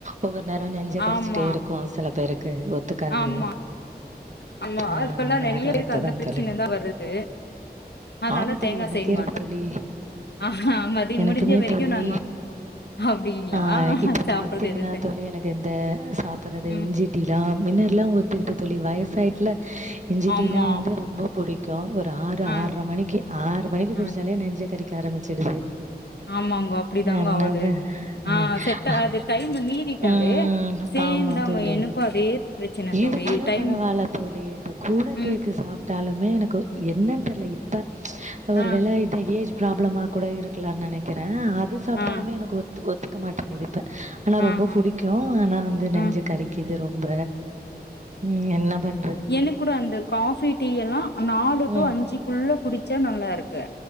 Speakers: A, on the right; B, on the left.
A: ஒவ்வொரு நேரோ நெஞ்ச கர்ச்சிட்டே
B: ஆமா
A: இருக்கு சில பேருக்கு ஒத்துக்காது
B: ஆமா ஆமா
A: ஆ
B: அதுக்கெல்லா
A: நா
B: நெறைய
A: கரெக்ட்
B: இருக்கு அந்த
A: தான்
B: பிரச்சன
A: தோழி
B: தா வருது அதனால
A: ஆமா தோழி
B: தேங்கா
A: எனக்கே
B: செய்ய
A: இருக்கு
B: மாட்டோ
A: தோழி
B: ஆஹா மதிய
A: எனக்குமே
B: முடிஞ்ச வரைக்கு
A: தோழி
B: நாங்க அப்டிங்களா
A: ஆ இப்ப
B: சாப்பறது
A: பாத்தீங்கன்னா
B: எது செய்
A: தோழி எனக்கு இந்த சாப்பிடறது
B: ம்
A: இஞ்சி டீ லா முன்னல்லா ஒத்துக்கிட்டு தோழி வயசாய்ட்டுல இஞ்சி
B: ஆமா
A: டீ எல்லா வந்து ரொம்ப புடிக் கு ஒரு ஆறு
B: ஆ
A: ஆற மணிக்கு ஆறு மணிக்கு குடிச்சாலே
B: ஆ
A: நெஞ்ச கறிக்க ஆரம்பிச்சிடுது
B: ஆமாங்கோ அப்டி தாங்கோ
A: என்ன
B: ஆவுது
A: ப
B: ஆ
A: அ
B: செட்ட
A: அ
B: அது டைம் மீறிட்டாவே
A: ம்.
B: சேம்
A: ஆமா
B: தான்ங்கோ
A: தோழி.
B: எனக்கு அதே பிரச்சன
A: இது
B: தோழி
A: கூட
B: டைம்
A: பரவாயில்ல தோழி இந்த குட
B: ம்
A: கேக்கு சாப் டாலுமே எனக்கு எனன்னு தெரில இப்ப ஒரு
B: ஆ
A: வேல இத ஏஜ் ப்ராப்ளமா கூட இருக்கலான்னு நினைக்கிறே அது சாப்பிட்டாலுமே
B: ஆ
A: எனக்கு ஒத் ஒத் த்துக்க மாட்டேங்குது இப்ப ஆனா
B: ஆ
A: ரொம்ப
B: ஆ
A: பிடிக்கு ஆனா வந்து நெஞ்ச
B: ஆ
A: கறிக்குது ரொம்ப ம் என்ன பண்
B: என கூட அந்த காபி டீ எல்லா நாலு டு
A: ம்.
B: அஞ்சுக்குள்ள குடிச்சா நல்லா இருக்கு